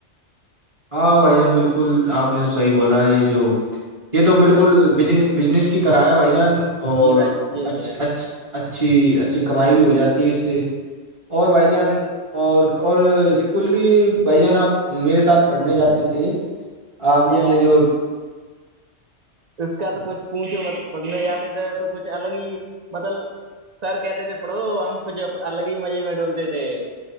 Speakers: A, on the right (about 30°); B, on the right (about 65°).
A: ہاں بھائی جان بالکل آپ نے صحیح بولا ہے یہ جو یہ تو
B: جی
A: بالکل
B: بھائی
A: ب بجنس کی طرح ہے بھائی جان اور
B: جی بھائی یہی
A: اچ
B: ہے
A: اچ چ اچھی اچھی کمائی بھی ہو جاتی ہے اس سے اور بھائی جان اور اور اسکول کی بھائی جان آپ میرے ساتھ پڑھنے جاتے تھے آپ
B: جی
A: نے
B: بھائی
A: جو
B: اس کا تو کچھ پونچو پڑھنے جاتے تھے تو کچھ الگ ہی مطلب سر کہتے تھے پڑھو ہم کچھ الگ ہی مزے میں ڈولتے تھے